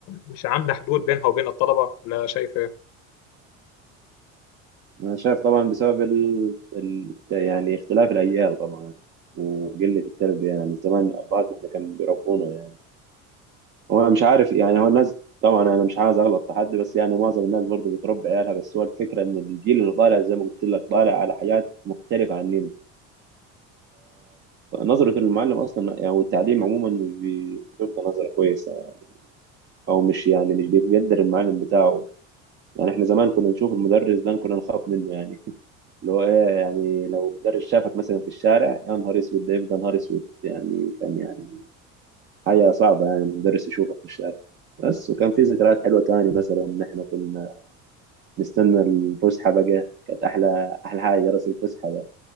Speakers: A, on the left; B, on the right.
A: مش عاملة حدود بينها وبين الطلبة ولا شايف ايه؟
B: أنا شايف طبعا بسبب ال... ال... يعني اختلاف الأجيال طبعا وقلة التربية يعني زمان أبهاتنا إحنا كانوا بيربونا يعني هو أنا مش عارف يعني هو الناس طبعا أنا مش عايز أغلط في حد بس يعني معظم الناس برضو بتربي عيالها بس هو الفكرة إن الجيل اللي طالع زي ما قلت لك طالع على حاجات مختلفة عننا نظرة المعلم أصلا يعني والتعليم عموما مش بي- بيبقى نظرة كويسة يعني. أو مش يعني مش بيقدر المعلم بتاعه يعني إحنا زمان كنا نشوف المدرس ده كنا نخاف منه يعني اللي هو ايه يعني لو مدرس شافك مثلا في الشارع يا نهار اسود ده يبقى نهار اسود يعني كان يعني حاجه صعبه يعني المدرس يشوفك في الشارع بس وكان في ذكريات حلوه تاني مثلا ان احنا كنا نستنى الفسحه بقى كانت احلى احلى حاجه جرس الفسحه ده